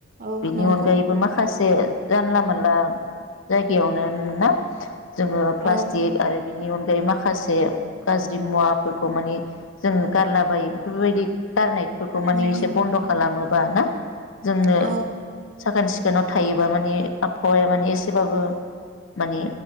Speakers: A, on the right; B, on the left.
A: औ
B: बिनि
A: नंगौ
B: अनगायैबो माखासे जानला मोनला बेयावनो ना। जोङो प्लास्टिक
A: औ
B: आरो बिनि अनग बै माखासे। गाज्रि मुवाफोरखौ मानि जों गारलाबायो। बेफोरबायदि गारनायफोरखौ माने
A: उम
B: एसे बन्द' खालामोबा ना। जोंनो।
A: औ
B: साखोन सिखोनाव थायोबा माने आबहावाया माने <unintelligible> बाबो मानि